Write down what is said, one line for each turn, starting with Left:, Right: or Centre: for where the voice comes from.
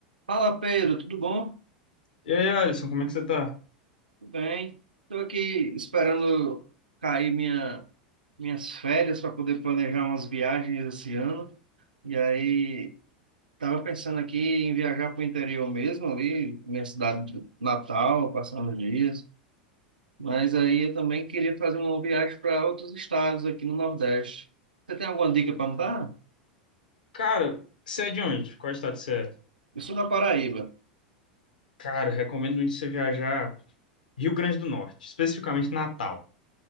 Right: Fala Pedro, tudo bom?
Left: E aí, Alisson, como é que você tá?
Right: Tudo bem. Estou aqui esperando cair minha, minhas férias para poder planejar umas viagens esse ano. E aí estava pensando aqui em viajar para o interior mesmo, ali, minha cidade natal, passando os dias. Mas aí eu também queria fazer uma viagem para outros estados aqui no Nordeste. Você tem alguma dica para me dar?
Left: Cara, você é de onde? Qual estado você é?
Right: Eu sou da Paraíba,
Left: Cara, eu recomendo muito você viajar Rio Grande do Norte, especificamente Natal.